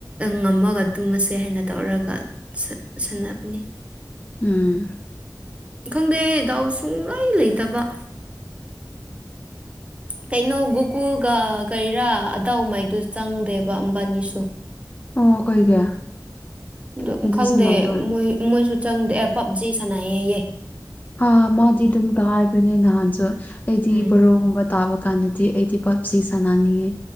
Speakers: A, on the right; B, on the left.
A: ꯉꯝꯃꯒ ꯇꯨꯝꯃꯁꯦ ꯍꯥꯏꯅ ꯇꯧꯔꯒ ꯁꯥꯟꯅꯕꯅꯤ
B: ꯎꯝ
A: ꯈꯪꯗꯦ ꯗꯥꯎ ꯁꯨꯡꯂꯩ ꯂꯩꯇꯕ ꯀꯩꯅꯣ ꯒꯨꯀꯨꯜꯒ ꯀꯩꯔꯥ ꯑꯗꯥꯎꯉꯩꯗꯨ ꯆꯪꯗꯦꯕ ꯃꯕꯥꯅꯤꯁꯨ
B: ꯑꯣ ꯀꯩꯒꯤ
A: ꯑꯗꯨ
B: ꯑꯩꯗꯤ
A: ꯈꯪꯗꯦ
B: ꯁꯥꯟꯅꯕ꯭ꯔꯥ
A: ꯃꯣꯏ ꯃꯣꯏꯁꯨ ꯆꯪꯗꯦ ꯑꯦ ꯄꯞꯖꯤ ꯁꯥꯟꯅꯩ ꯑꯌꯦ
B: ꯑ ꯃꯥꯗꯤ ꯑꯗꯨꯝ ꯀꯥꯕꯅꯦ ꯅꯍꯥꯟꯁꯨ ꯑꯩꯗꯤ
A: ꯎꯝ
B: ꯕꯣꯔꯣꯒꯨꯝꯕ ꯇꯥ <unintelligible> ꯀꯥꯟꯗꯗꯤ ꯑꯩꯗꯤ ꯄꯞꯖꯤ ꯁꯥꯟꯅꯅꯤꯡꯉꯦ